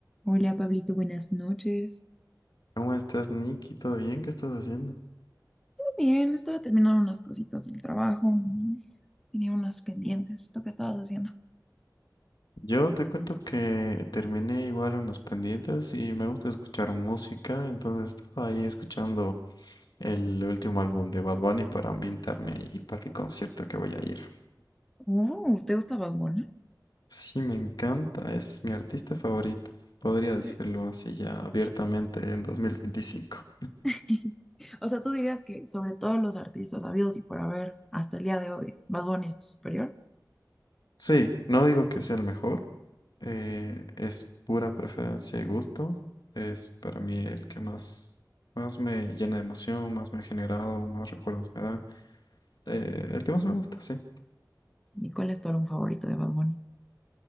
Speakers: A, in the centre; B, on the left (about 70°).
A: Hola Pablito, buenas noches.
B: ¿Cómo estás, Nicky? ¿Todo bien? ¿Qué estás haciendo?
A: Bien, estaba terminando unas cositas del trabajo, nomás. Tenía unas pendientes, lo que estabas haciendo.
B: Yo te cuento que terminé igual unos pendientes y me gusta escuchar música, entonces estaba ahí escuchando el último álbum de Bad Bunny para ambientarme ahí para el concierto que voy a ir.
A: Oh, ¿te gusta Bad Bunny?
B: Sí, me encanta, es mi artista favorito, podría decirlo
A: Sí.
B: así ya abiertamente en 2025.
A: <laughs> O sea, tú dirías que sobre todos los artistas habidos y por haber hasta el día de hoy, Bad Bunny es tu superior.
B: Sí, no digo que sea el mejor, Eh, es pura preferencia y gusto. Es para mí el que más, más me llena de emoción, más me ha generado, más recuerdos me da. Eh, el que más me gusta, sí.
A: ¿Y cuál es tu álbum favorito de Bad Bunny?